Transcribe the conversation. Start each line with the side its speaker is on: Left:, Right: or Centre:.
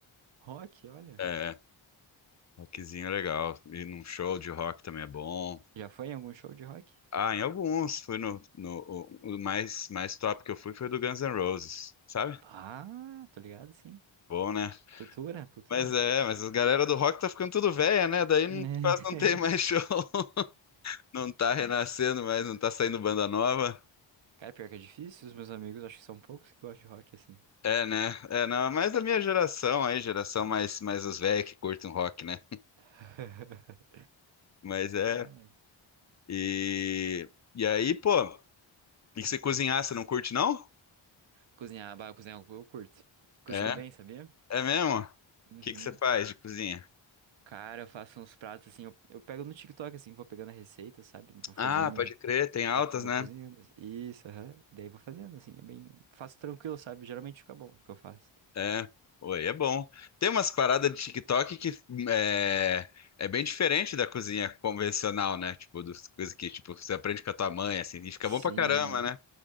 Right: Rock, olha.
Left: É, rockzinho é legal. E num show de rock também é bom.
Right: Já foi em algum show de rock?
Left: Ah, em alguns. Fui no, no o, o mais mais top que eu fui foi do Guns N' Roses, sabe?
Right: Ah, tô ligado, sim.
Left: Bom, né?
Right: Cultura, cultura.
Left: Mas é, mas a galera do rock tá ficando tudo velha, né? Daí
Right: <laughs>
Left: não- quase não tem mais show. <laughs> Não tá renascendo mais, não tá saindo banda nova.
Right: Cara, pior que é difícil, os meus amigos acho que são poucos que gostam de rock, assim.
Left: É, né? É, não, é mais da minha geração aí, geração mais, mais os velhos que curtem rock, né?
Right: <laughs>
Left: Mas é.
Right: Ah, mas
Left: E, e aí, pô, e que você cozinhar, você não curte, não?
Right: Cozinhar, bah, cozinhar eu eu curto. Cozinho
Left: É?
Right: bem, sabia?
Left: É mesmo? O
Right: Uhum.
Left: que que você faz de cozinha?
Right: Cara, eu faço uns pratos assim, eu, eu pego no TikTok assim, vou pegando a receita, sabe? Vou fazendo,
Left: Ah, pode crer, tem altas,
Right: vou, co- vou
Left: né
Right: cozinhando. assim. Isso, aham. E daí vou fazendo assim, é bem, faço tranquilo, sabe? Geralmente fica bom o que eu faço.
Left: É, oi, é bom. Tem umas paradas de TikTok que é, é bem diferente da cozinha convencional, né? Tipo, das coisas que tipo, você aprende com a tua mãe, assim, e fica
Right: Sim.
Left: bom pra caramba, né?